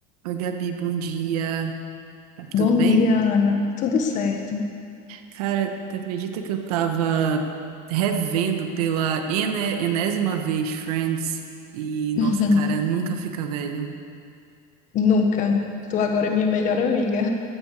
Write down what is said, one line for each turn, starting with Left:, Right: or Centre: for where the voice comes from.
Right: Oi, Gabi, bom dia. Tá
Left: Bom
Right: tudo bem?
Left: dia, Ana. Tudo certo?
Right: Cara, tu acredita que eu tava revendo pela ene- enésima vez Friends e, nossa,
Left: <laughs>
Right: cara, nunca fica velho.
Left: Nunca. Tu agora é minha melhor amiga.